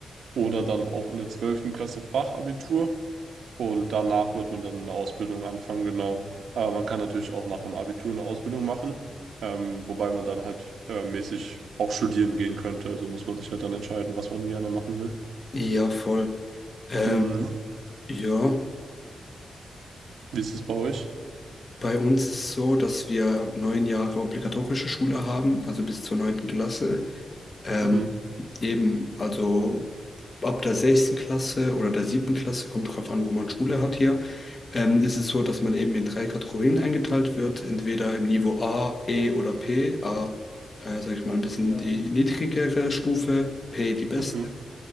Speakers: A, on the right; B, on the left.
A: Oder dann auch in der zwölften Klasse Fachabitur. Und danach wird man dann eine Ausbildung anfangen, genau. Aber man kann natürlich auch nach dem Abitur eine Ausbildung machen. Ähm, wobei man dann halt äh, mäßig auch studieren gehen könnte. Also muss man sich halt dann entscheiden, was man gerne machen will.
B: Ja, voll. Ähm,
A: Mhm.
B: ja.
A: Wie ist es bei euch?
B: Bei uns ist es so, dass wir neun Jahre obligatorische Schule haben, also bis zur neunten Klasse. Ähm,
A: Mhm.
B: eben, also ab der sechsten Klasse oder der siebten Klasse, kommt drauf an, wo man Schule hat hier, ähm, ist es so, dass man eben in drei Kategorien eingeteilt wird, entweder im Niveau A, E oder P. A, äh, sag ich mal, ein bisschen Ja. die niedrigere Stufe, P die beste.
A: Mhm.